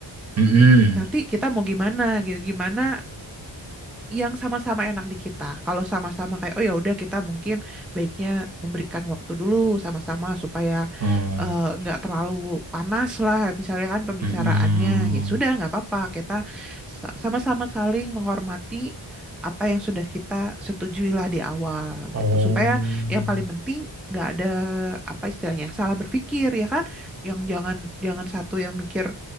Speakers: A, on the right; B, in the centre.
A: Mm-mm.
B: nanti kita mau gimana gitu, gimana yang sama-sama enak di kita. Kalau sama-sama kayak oh ya udah kita mungkin baiknya memberikan waktu dulu sama-sama supaya
A: Oh.
B: eh, nggak terlalu panas lah misalnya kan pembicaraannya
A: Mm-mm.
B: ya sudah nggak apa-apa kita sa- sama-sama saling menghormati apa yang sudah kita setujui lah di awal
A: Oh.
B: gitu supaya yang paling penting nggak ada apa istilahnya salah berpikir ya kan yang jangan jangan satu yang mikir